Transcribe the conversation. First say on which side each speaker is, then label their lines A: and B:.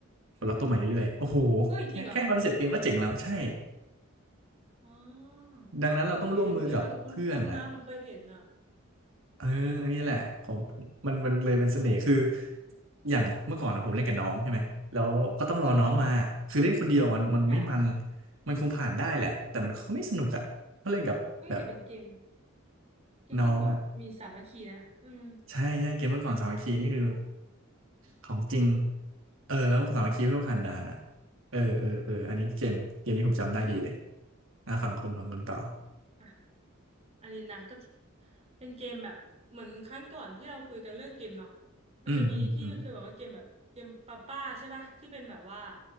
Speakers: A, on the right; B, on the right.
A: ปลดล็อกตัวใหม่เรื่อยๆโอ้โห
B: เฮ้ยจริงเหรอ
A: แค่แค่คอนเซ็ปต์เกมก็เจ๋งแล้วใช่
B: อ๋อ
A: ดังนั้นเราต้องร่วมมือกับเพื่อนนะ
B: เฮ้ยอันนี้มันคุ้นๆนะ มันเคยเห็นอ่ะ
A: เออนี่แหละผมมันมันเลยเป็นเสน่ห์คืออย่างเมื่อก่อนนะผมเล่นกับน้องใช่ไหมแล้วก็ต้องรอน้องมาคือเล่นคนเดียวมันมันไม่มัน
B: อืมอืมอ่ะ
A: มันคงผ่านได้แหละแต่มันก็ไม่สนุกอ่ะถ้าเล่นกับแบบ
B: เอ้ยแต่เป็นเกม เกมที่แบบมีสามัคคีนะอืม
A: น้องอ่ะใช่ใช่เกมเมื่อก่อนสามัคคีนี่คือของจริงเออแล้วสามัคคีเพื่อผ่านด่านอ่ะเออเออเอออันนี้เกมเกมนี้ผมจำได้ดีเลยอ่ะฝั่งคนฝั่งคนต่อ
B: อ่ะอันนี้นะก็จะเป็นเกมแบบเหมือนครั้งก่อนที่เราคุยกันเรื่องเกมเนาะก็จะมีที่เคยบอกว่าเกมแบบเกมป้าป้าใช่ปะที่เป็นแบบว่า
A: อืมอืมอืม